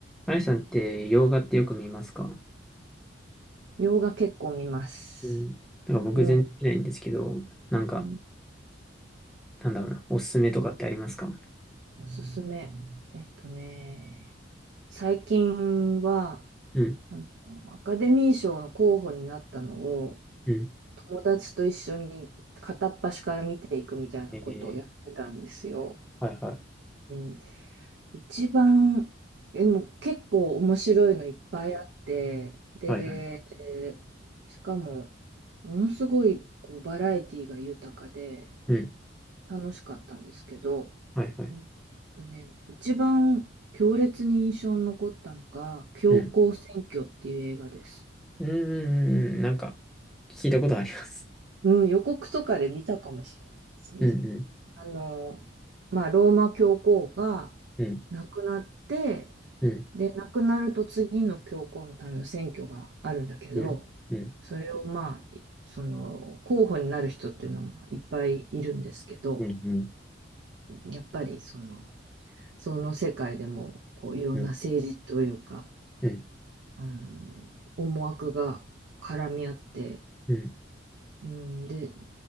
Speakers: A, in the centre; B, on the right.
A: あやさんって洋画ってよく見ますか
B: 洋画結構見ます。
A: うん。なんか僕全然見ないんですけど、
B: うん。
A: なんか、
B: うん、
A: なんだろうな、おすすめとかってありますか
B: おすすめ。えっとね、最近は、
A: うん、
B: あの、アカデミー賞の候補になったのを、
A: うん。
B: 友達と一緒に片っ端から見ていくみたいなことをやってたんですよ。
A: えー、はいはい。
B: うん。一番、でも結構面白いのいっぱいあって、で、
A: はいはい。
B: しかも、ものすごいこうバラエティが豊かで、
A: うん、
B: 楽しかったんですけど、
A: はいはい。
B: うんとね、一番強烈に印象に残ったのが、教皇選挙っていう映画です。
A: うん。うん、うんうんうんなんか、聞いたことあります。
B: うん、予告とかで見たかもしれないですね。
A: うん、うん、
B: あの、まあ、ローマ教皇が亡くなって、
A: うん、うん、
B: で、亡くなると次の教皇のための選挙があるんだけど、
A: うん、うん、
B: それをまあ、いその、候補になる人っていうのもいっぱいいるんですけど、
A: うん、うん、
B: やっぱりその、その世界でもこういろんな政治というか、
A: うん、うん、
B: うん、思惑が絡み合って、
A: うん、
B: うん、で